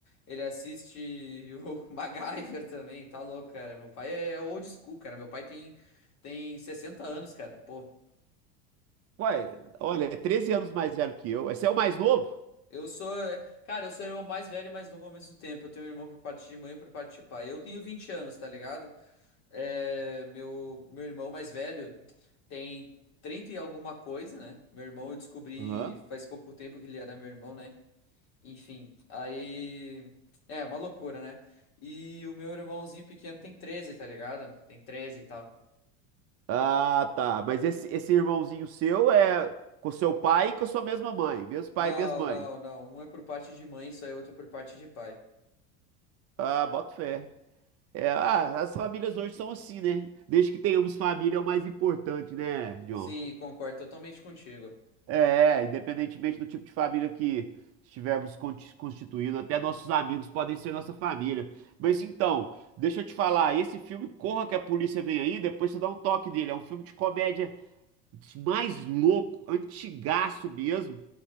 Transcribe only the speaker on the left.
Ele assiste o <laughs> MacGyver também, tá louco, cara. Meu pai é old school, cara. Meu pai tem, tem 60 anos, cara. Pô,
Eu sou, é, cara, eu sou o irmão mais velho e mais novo ao mesmo tempo. Eu tenho um irmão por parte de mãe e por parte de pai. Eu tenho 20 anos, tá ligado? É, meu, meu irmão mais velho tem 30 e alguma coisa, né? Meu irmão eu descobri
faz pouco tempo que ele era meu irmão, né? Enfim, aí é uma loucura, né? E o meu irmãozinho pequeno tem 13, tá ligado? Tem 13 e tal.
Não,
não,
não. Um é por parte de mãe, só e outro por parte de pai.
Sim, concordo totalmente contigo.